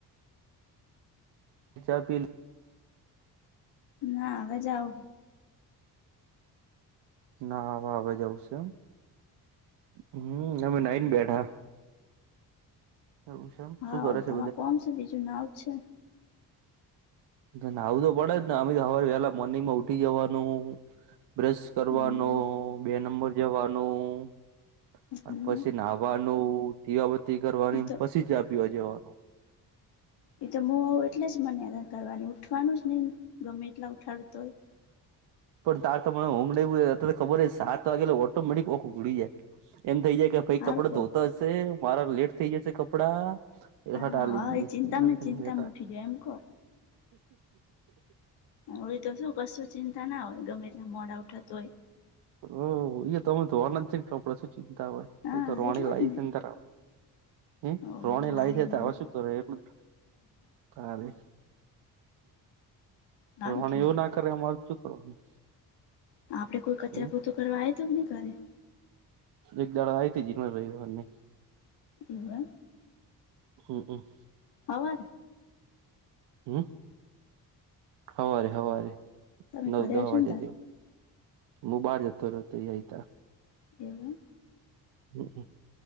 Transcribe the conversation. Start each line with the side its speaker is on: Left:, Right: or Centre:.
Right: ચા પી
Left: ના હવે જાઓ
Right: ના હ હ જવું છે એમ હમ્મ અમે નઈ ને બેઠા એવું છે એમ
Left: હા
Right: શું કરે
Left: તમે
Right: છે
Left: કોણ છો બીજું નાવ છે
Right: ને આવું તો પડે જ ને અમે તો સવારે વહેહલા મોર્નિંગ માં ઉઠી જવાનું બ્રશ
Left: હમ
Right: કરવાનો બે નંબર જવાનું
Left: હમ
Right: અને પછી નાહવાનું દીવાબત્તી કરવાની
Left: એ તો
Right: પછી ચા પીવા જવાનું
Left: એ તો હું આવું એટલે જ મને કરવાની ઉઠવાનું જ નહ ગમે એટલા ઉઠાડતો હોય
Right: પણ તાર તો મને ઊંઘ ન તો ખબર હો સાત વાગે ઓટોમેટિક ઓખ ઉઘડી જાય એમ થઇ જાય કે ભાઈ
Left: સારું
Right: કપડા ધોતા હશે મારા લેટ થઇ જશે કપડાં
Left: કેવાય
Right: એ હટા
Left: હા
Right: લે જએ
Left: એ ચિંતામાં
Right: એના તક
Left: ચિંતામાં
Right: ન વ
Left: ઉઠી જાય એમ કહો હોય તો શું કશું ચિંતા ના હોય ગમે એટલા મોડા ઉઠાતું હોય
Right: ઓ એ તો અમે ધોવાના જ છે ને કપડાે શું ચિંતા હોય
Left: હા
Right: એ તો રોણી
Left: એટલે
Right: લાઈફ
Left: જ ને
Right: એ ત હ
Left: ઓય
Right: રોણી
Left: લાયરોની
Right: લાવ છે તો હવે શું કરે એટલું થાય હ
Left: સારું
Right: અ મને
Left: કેવાય
Right: એવું ના કરે અમાર શું કરવાનું.
Left: આપડે કોઈ કચરા,
Right: હમ
Left: પોતું કરવા આયું તો નહી ઘરે.
Right: એક દાડો આઇતી જીનલ રવિવાને.
Left: એવા
Right: હંક
Left: હવારે
Right: હમ હવારે, હવારે
Left: તમે
Right: નવ
Left: ઘરે
Right: દહ
Left: હશો
Right: વાગે
Left: ને તાર
Right: જેવું. હું બાર જતો રયોતો એ આયી તાર
Left: એવું
Right: હંક.